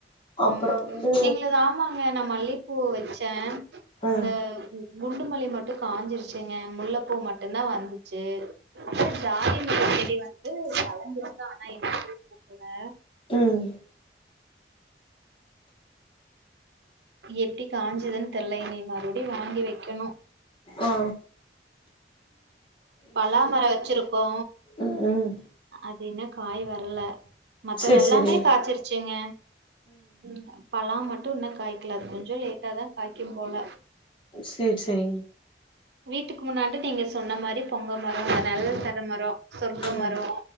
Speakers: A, on the right; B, on the left.
A: உம்
B: அப்றோ வந்து
A: எங்களுது ஆமாங்க ந மல்லி பூ வச்சே
B: ம்
A: இந்த உ குண்டுமல்லி மட்டு காஞ்சிருச்சுங்க முல்லப்பூ மட்டு ன வந்துச்சு அப்ற ஜாதி மல்லிச் செடி வந்து <unintelligible> தா நா <unintelligible> புடிங்கி போட்ருவே
B: ம் ம்
A: எப்டி காஞ்சதுன்னு தெர்ல இங்க இன்னு மறுபடி வாங்கி வைக்கணு
B: ஆ ஆ
A: பலாமரோ வச்சிருக் கோ
B: ம்
A: அது இன்ன காய் வரல மத்ததெல்லாமே
B: சேரி சேரி
A: காய்ச்சிருச்சுங்க ம் பலா மட்டு தும் இன்னு காய்க்கல கொஞ்சோ லேட்டா தா காய்க்கும் போல
B: சேரி சேரிங்
A: வீட்டுக்கு முன்னாடி நீங்க சொன்ன மாரி பொங்க மரோ நல்லது தர மரோ சொர்க்க
B: ம்
A: மரோ